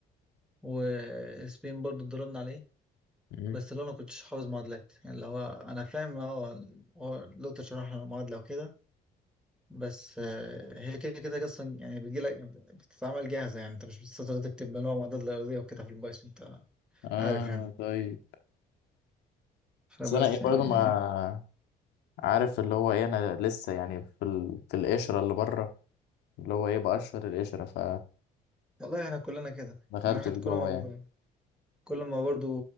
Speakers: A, in the centre; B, on the left (about 80°).
A: وسبين برضو ضربنا عليه
B: مم.
A: بس اللي انا كنتش حافظ معادلات يعني اللي هو انا فاهم هو هو الدكتور شرح لنا المعادله وكده بس آه، هي كده كده اصلا يعني بتجي لك بتتعمل جاهزه يعني انت مش بتستطيع تكتب اللي هو معادلات الارضيه وكده في البايثون انت
B: اه
A: عارف يعني
B: طيب
A: فبس
B: بس انا ايه
A: يعني
B: برضه ما عارف اللي هو ايه انا لسه يعني في ال... في القشرة اللي بره اللي هو ايه بقشر القشرة ف
A: والله احنا كلنا كده يعني
B: دخلتش
A: الواحد
B: جوه
A: كل ما
B: يعني
A: كل ما برضه